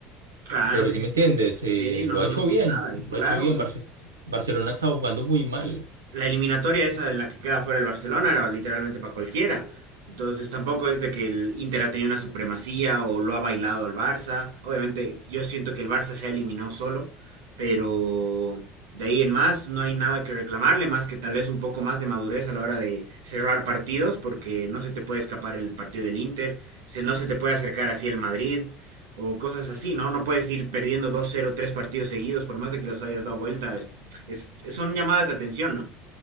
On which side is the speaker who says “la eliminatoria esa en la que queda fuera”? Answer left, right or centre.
Right